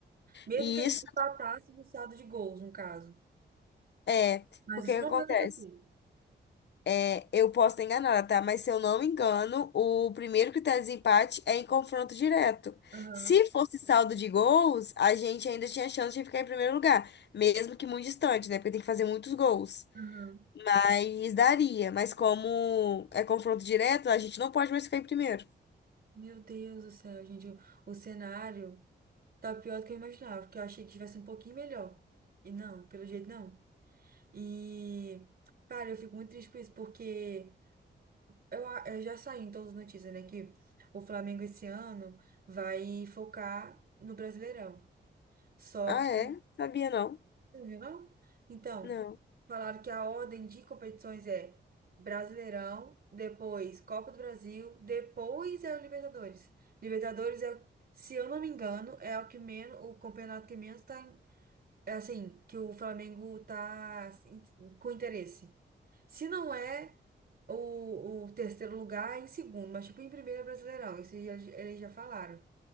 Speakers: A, on the right; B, on the left.
A: Mesmo
B: E
A: que a gente
B: isso
A: empatasse no saldo de gols, no caso.
B: é,
A: Mas
B: porque o
A: isso
B: que
A: não
B: acontece?
A: vai acontecer.
B: É, Eu posso estar enganada, tá? Mas se eu não me engano, o primeiro critério de desempate é em confronto direto.
A: Aham,
B: Se fosse saldo de gols, a gente ainda tinha chance de ficar em primeiro lugar, mesmo que muito distante, né? Porque tem que fazer muitos gols.
A: aham.
B: Mas daria. Mas como é confronto direto, a gente não pode mais ficar em primeiro.
A: Meu Deus do céu, gente. O, o cenário tá pior do que eu imaginava, porque eu achei que tivesse um pouquinho melhor. E não, pelo jeito não. E, cara, eu fico muito triste por isso, porque. Eu, a- eu já saí em todas as notícias, né, que o Flamengo esse ano vai focar no Brasileirão. Só
B: Ah,
A: que.
B: é? Sabia não?
A: Você Não viu, não? Então,
B: Não.
A: falaram que a ordem de competições é Brasileirão, depois Copa do Brasil, depois é o Libertadores. Libertadores é, se eu não me engano, é o que menos, o campeonato que menos tá, em- é assim, que o Flamengo tá assim, com interesse. Se não é o, o terceiro lugar, é em segundo, mas tipo, em primeiro é Brasileirão, isso já- eles já falaram.